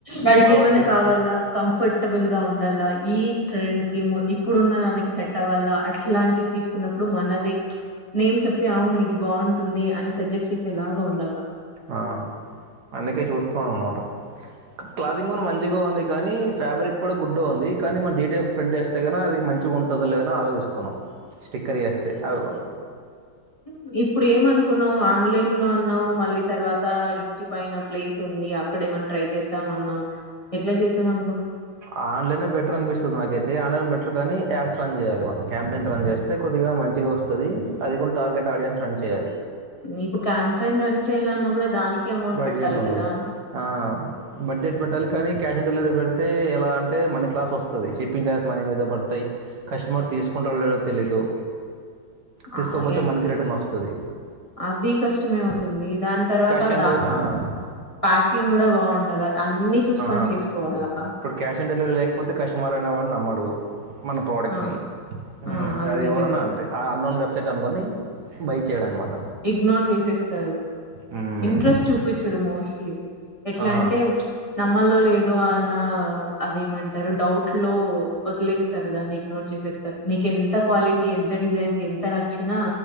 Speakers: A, on the left; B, on the right.
A: వాళ్ళకి
B: అలా
A: ఏమన్నా
B: స్టిచ్
A: కావాల్ల కంఫర్టబుల్ గా ఉండాల్ల ఈ ట్రెండ్ కి ము ఇప్పుడున్న దానికి సెట్ అవ్వాల అట్లాంటివి తీసుకున్నప్పుడు మనది నేం చెప్తే అవును ఇది బాగుంటుంది అని సజెస్ట్ చేసేలాగా ఉండల్ల
B: ఆ అందుకే చూస్తామనమాట క్లాథంగ్ కూడా మంచిగా ఉంది కానీ ఫ్యాబ్రిక్ కూడా గూడ్ గా ఉంది కానీ మనం డీటిఎఫ్ ప్రింట్ చేస్తే గన అది మంచి చిగా ఉంటుంది లే అని ఆలోచస్తున్నాం స్టిక్కర్ చేస్తే అవి
A: <inaudible> ఇప్పుడు ఏమనుకున్నావు ఆన్లైన్ లో అన్నావు మళ్ళీ తర్వాత ఇంటి పైన ప్లేస్ ఉంది అక్కడే ట్రై చేద్దాం అన్నావ్ ఎట్లా చేద్దాం అ
B: ఆన్లైనే బెటర్ అనిపిస్తది నాకైతే ఆన్లైన్ బెటర్ కానీ యాడ్స్ రన్ చేయాలి మనం క్యాంపెన్స్ రన్ చేస్తే కొద్దిగా మంచిగా వస్తది అది కూడా టార్గెట్ ఆడియన్స్ రన్ చేయాలి
A: ఇప్పుడు క్యాంఫైన్ రన్ చేయాలన్నా కూడా దానికి అమౌంట్
B: బడ్జెట్
A: పెట్టాలి
B: ఉండాలి
A: కదా
B: ఆ బడ్జెట్ పెట్టాలి కానీ క్యాష్ డెలివరీలు పెడితే ఎలా అంటే మనీ క్లాస్ వస్తది షింపిగ్ ఛార్జస్ మన మీద పడతాయి కస్టమర్ తీసుకుంటాడో లెదో తెలీదు తీసుకోకపోతే
A: ఆ, ఎ-
B: మనకి రిటర్న్ వస్తది
A: అది కష్టమే అవుతుంది దాని తర్వాత
B: టెన్త్
A: దా
B: వెళ్దాం
A: ప్యాకింగ్ కూడా బాగుండాలా అన్ని చూసుకొని
B: ఆ!
A: చేసుకోవాలా
B: ఇప్పుడు క్యాష్ ఆన్ డెలివరీ లేకపోతే కస్టమర్ అనేవాడు నమ్మడ్ డు మన ప్రొడక్ట్స్
A: ఆ
B: ని హు
A: ఆ
B: అది
A: నిజమే
B: ఎవరైనా అంతే ఆ అర్థంలో సెట్ అనుకొని బై చేయడం అనమాట
A: ఇగ్నోర్ చేసేస్తారు
B: హ్మ్.
A: ఇంట్రెస్ట్ చూపించడు మోస్ట్లీ ఎట్లా
B: ఆ!
A: అంటే ప్చ్ నమ్మల్లో లేదో అన్న అదేమంటారు డౌట్ లో వదిలేస్తారు దాన్ని ఇగ్నోర్ చే సేస్తారు నీకి ఎంత క్వాలిటీ ఎంత డిజైన్స్ ఎంత నచ్చిన